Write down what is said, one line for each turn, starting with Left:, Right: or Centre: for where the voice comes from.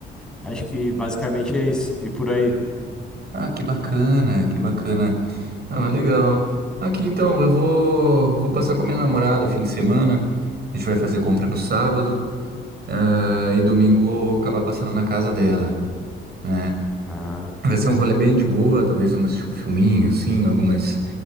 Centre: Acho que basicamente é isso. E por aí.
Right: Ah, que bacana, que bacana. Ah, mas legal. Aqui então, eu vou, vou passar com a minha namorada o fim de semana. A gente vai fazer compra no sábado. Ah, e domingo vou acabar passando na casa dela, né?
Centre: Ah,
Right: Vai ser um rolê bem de boa, talvez uma, um filminho, assim, algo mais